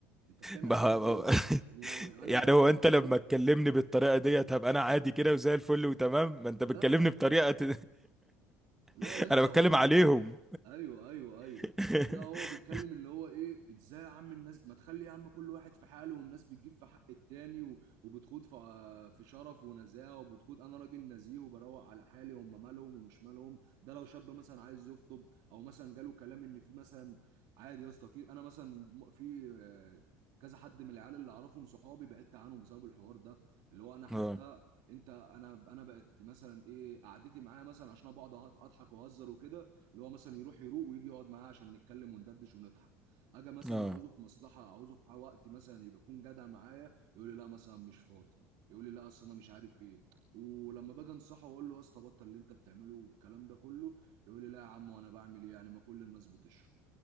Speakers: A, on the right; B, in the centre.
A: انت بتعمل
B: ما-
A: حاجه غلط
B: ما-
A: وما-
B: يعني
A: انا لو
B: هو
A: انا لو
B: انت لما
A: عندي اخت
B: تكلمني بالطريقه ديت هبقى انا عادي كده وزي الفل وتمام ما انت
A: لا
B: بتكلمني بطريقه ت...
A: لا
B: <laughs>
A: يا اسطى
B: انا بتكلم
A: هو بيتكلم
B: عليهم
A: <laughs> ايوه ايوه ايوه
B: <laughs>
A: لا هو بيتكلم اللي هو ايه ازاي يا عم الناس ما تخلي يا عم كل واحد في حاله والناس بتجيب في حق التاني و- وبتخوض في ع- في شرف ونزاهه وبتخوض انا راجل نزيه وبروق على حالي هم مالهم ومش مالهم ده لو شاب مثلا عايز يخطب او مثلا جاله كلام ان في مثلا عادي يا اسطى في انا مثلا م- في آه، كذا حد من العيال اللي اعرفهم صحابي بعدت عنهم بسبب الحوار ده اللي هو انا حتى
B: اه
A: انت انا انا بقت مثلا ايه قعدتي معاه مثلا عشان انا بقعد أه- اضحك واهزر وكده اللي هو مثلا يروح يروق ويجي يقعد معاه عشان نتكلم وندردش ونضحك اجي مثلا
B: اه
A: عاوزه في مصلحه عاوزه في وقت مثلا يبقى يكون جدع معايا يقول لي لا مثلا مش فاضي يقول لي لا اصل انا مش عارف ايه ولما باجي انصحه واقول له يا اسطى بطل اللي انت بتعمله والكلام ده كله يقول لي لا يا عم وانا بعمل ايه يعني ما كل الناس بتشرب